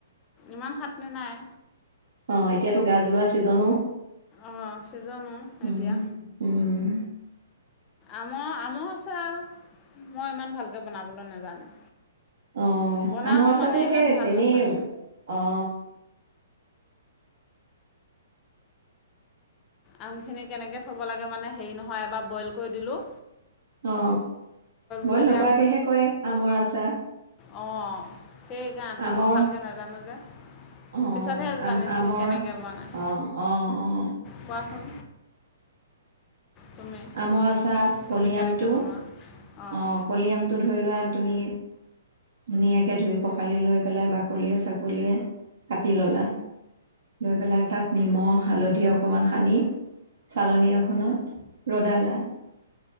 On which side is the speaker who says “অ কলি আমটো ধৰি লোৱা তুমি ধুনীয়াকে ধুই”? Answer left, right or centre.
Right